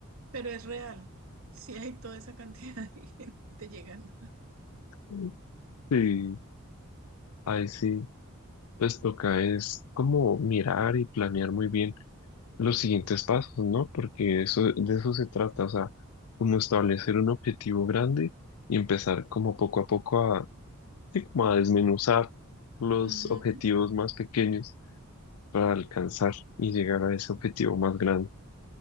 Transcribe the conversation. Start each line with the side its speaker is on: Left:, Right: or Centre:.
Right: pero es real. Sí hay toda esa cantidad <laughs> de gente llegando.
Left: Mm. Sí, ahí sí, pues toca es como mirar y planear muy bien los siguientes pasos, ¿no? Porque eso, de eso se trata, o sea, como establecer un objetivo grande y empezar como poco a poco a, sí, como a desmenuzar los
Right: Ujú,
Left: objetivos más pequeños para alcanzar y llegar a ese objetivo más grande.